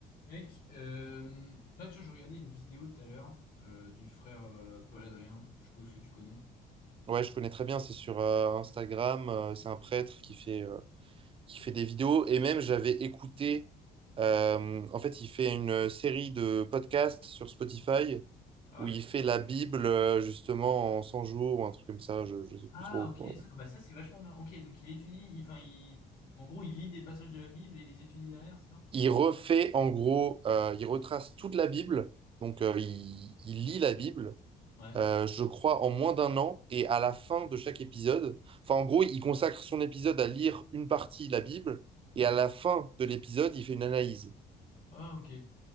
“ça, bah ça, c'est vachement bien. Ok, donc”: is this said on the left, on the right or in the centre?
Left